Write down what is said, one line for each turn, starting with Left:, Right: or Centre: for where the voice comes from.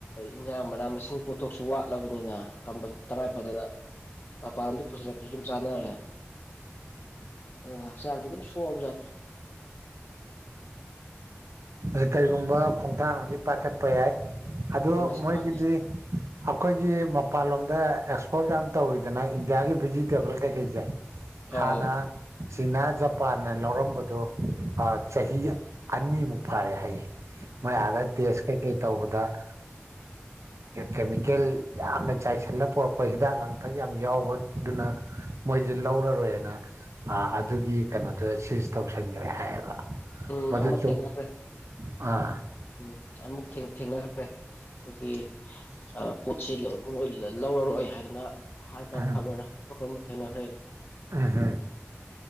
Left: ꯏꯟꯍꯥꯡ ꯃꯅꯥ ꯃꯁꯤꯡ ꯄꯣꯠꯊꯣꯛꯁꯨ ꯋꯥꯠꯂꯕꯅꯤꯅ ꯀꯝꯕꯜ ꯇꯉꯥꯏ ꯐꯗꯅ ꯃꯄꯥꯟ ꯂꯝꯗ ꯄꯨꯁꯤꯜꯂꯛꯄꯁꯨ ꯑꯗꯨꯝ ꯆꯥꯟꯅꯔꯦ ꯑꯗꯨ ꯉꯛꯆꯥꯡꯗꯤ ꯑꯗꯨꯝ ꯁꯣꯕꯖꯥꯅꯤ
Right: ꯑ ꯀꯔꯤꯒꯨꯝꯕ ꯈꯣꯡꯊꯥꯡ ꯑꯃꯗꯤ ꯄꯥꯏꯈꯠꯄ ꯌꯥꯏ ꯑꯣ
Left: ꯃꯁꯤ
Right: ꯃꯣꯏꯒꯤꯗꯤ
Left: ꯃꯥꯅꯤ
Right: ꯑꯩꯈꯣꯏꯒꯤ ꯃꯄꯥꯟꯂꯣꯝꯗ ꯑꯦꯛꯁꯄꯣꯔꯠ ꯌꯥꯝ ꯇꯧꯋꯤꯗꯅ ꯏꯟꯗꯤꯌꯥꯒꯤ ꯚꯤꯖꯤꯇꯦꯕꯜ ꯀꯩꯀꯩꯁꯦ
Left: ꯑꯧ
Right: ꯍꯥꯟꯅ ꯆꯅꯥ ꯖꯄꯥꯟꯅ ꯂꯧꯔꯝꯕꯗꯣ ꯆꯍꯤ ꯑꯅꯤꯃꯨꯛ ꯐꯥꯔꯦ ꯍꯥꯏꯌꯦ ꯃ ꯑꯥꯗ ꯇꯦꯁ ꯀꯩꯀꯩ ꯇꯧꯕꯗ ꯑ ꯀꯦꯃꯤꯀꯦꯜ ꯌꯥꯝꯅ ꯆꯥꯏꯁꯤꯜꯂ ꯄꯨꯣꯔꯛꯄ ꯍꯤꯗꯥꯛ ꯂꯥꯡꯊꯛ ꯌꯥꯝ ꯌꯥꯎꯕꯗꯨꯅ ꯃꯣꯏꯁꯦ ꯇꯧꯔꯔꯣꯏꯅ ꯑꯗꯨꯒꯤ ꯀꯩꯅꯣꯗꯨ ꯁꯤꯖ ꯇꯧꯁꯟꯈ꯭ꯔꯦ ꯍꯥꯏꯌꯦꯕ
Left: ꯎꯝ
Right: ꯃꯗꯨ
Left: ꯑꯃ
Right: ꯆꯨꯝ
Left: ꯊ ꯍꯒꯔꯦ
Right: ꯑꯥ
Left: ꯎꯝ ꯑꯃꯨꯛ ꯊꯦꯡꯅꯈ꯭ꯔꯦ ꯑꯩꯈꯣꯏꯒꯤ ꯄꯣꯠꯁꯤ ꯄꯔꯔꯣꯏ ꯍꯥꯏꯗꯅ ꯍꯥꯏꯕ
Right: ꯎꯝ
Left: ꯈꯕꯔ ꯀꯔꯝꯕ ꯊꯦꯡꯅꯈ꯭ꯔꯦꯅ
Right: ꯎꯝ